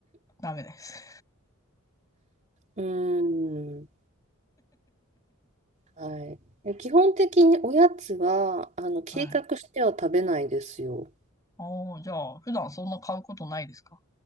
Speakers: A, on the left (about 15°); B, on the right (about 35°).
A: ダメです。
B: うーん。はい。基本的におやつは、あの、計画しては食べないですよ。
A: <laughs> はい。おー、じゃあ、普段そんな買うことないですか